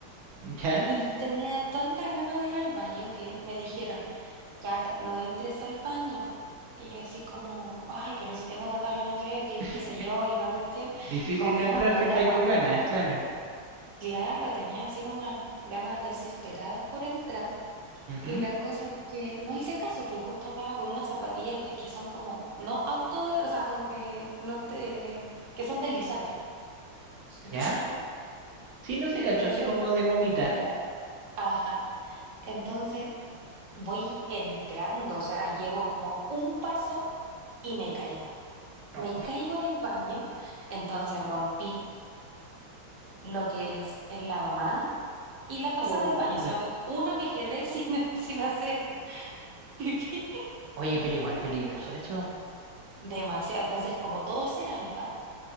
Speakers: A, on the right; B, on the right.
A: ¿Ya?
B: y tenía tantas ganas de ir al baño que me dijeron, Cata, no entres al baño. Y yo así como, ay, pero si tengo tantas ganas de ir, qué,
A: <laughs>
B: qué sé yo, y la cuestión,
A: Difícil
B: como que
A: entrar
B: ya no me podía
A: si estáis
B: aguantar.
A: con ganas, claro.
B: Claro, tenía así unas ganas desesperadas por entrar.
A: Ujú,
B: Y la cosa es que no hice caso, pues justo andaba con unas zapatillas estas que son como, no auto, de- o sea, como que no te, que son deslizantes. <laughs> ¿cachai?
A: ¿Ya? Sí, no, sí
B: Entonces,
A: cacho, así como de gomita.
B: ya, ajá. Entonces voy entrando, o sea, llevo como un paso y me caigo.
A: No.
B: Me caigo en el baño, entonces rompí lo que es el lavamanos y la taza
A: Oh,
B: del baño, o sea,
A: eh,
B: me- una me quedé sin, <laughs> sin hacer pipí.
A: oye, pero igual peligroso eso.
B: Demasiado, entonces como todo es cerámica,